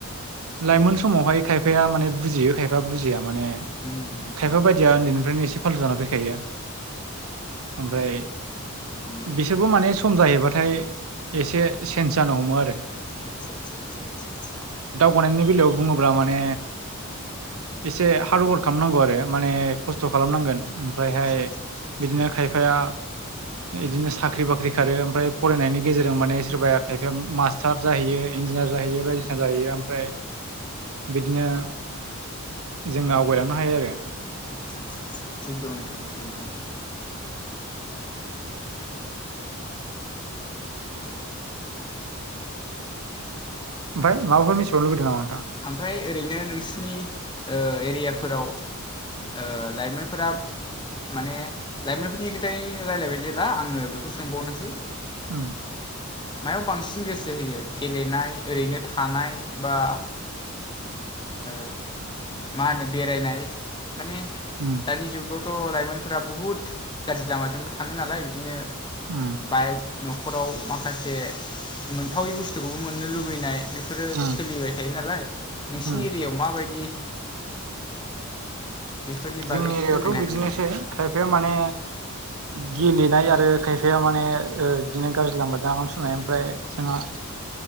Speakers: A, on the right (about 75°); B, on the left (about 20°).
A: लाइमोन समावहाय खायफाया माने बुजियो खायफा बुजिया माने
B: उम उम
A: खायफा बायदिया उन्दैनिफ्रायनो एसे फालथु जानानै फैखायो। ओमफ्राय
B: उम
A: बिसोरबो माने सम जाहैबाथाय एसे चेन्ज जानो हमो आरो
B: आदसा सा सा सा सा
A: फरायनायनि बेलायावबो बुङोब्ला माने एसे हार्डवार्क खालामनांगौ आरो माने खस्थ' खालामनांगोन। ओमफ्रायहाय
B: आदसा आदसा आदसा
A: बिदिनो खायफाया इदिनो साख्रि बाख्रि खारो ओमफ्राय फरायनायनि गेजेरजों माने सोरबाया खायफाया मास्टार जाहैयो इन्जिनियार जाहैयो बायदिसिना जाहैयो ओमफ्राय बिदिनो जोङो आवगायलांनो हायो आरो
B: आदसा आदसा सा थिग दं नोंथां थिग दं।
A: ओमफ्राय माफोर मिथिबावनो लुबैदों नामा नोथां।
B: ओमफ्राय ओरैनो नोंसिनि ओ एरियाफोराव ओ लाइमोनफोरा माने लाइमोनफोरनि खोथाय रायजलायबाय जेब्ला आङो बेखौ सोंबावनोसै
A: उम
B: मायाव बांसिन गोसो होयो गेलेनाय ओरैनो थानाय बा ओ मा होनो बेरायनाय माने
A: उम
B: दानि जुगावथ' लाइमोनफोरा बुहुत गाज्रि लामाजोंबो थाङो नालाय बिदिनो
A: उम
B: बाइक न'खराव माखासे मोनथावै बुस्थुखौबो मोननो लुबैनाय बे फोरो
A: उम
B: सोलिबाय थायो नालाय नोंसिनि
A: उम
B: एरियायाव माबायदि बेफोरनि बागै
A: जोंनि
B: एसे
A: एरिायायावथ'
B: फोरमायनो
A: बिदिनोसै
B: हागोन नामा?
A: खायफाया माने गेलेनाय आरो खायफाया माने ओ इदिनो गाज्रि लामाजों आगान सुरनाय ओ फ्राय
B: आतसा
A: जोंहा
B: आतसा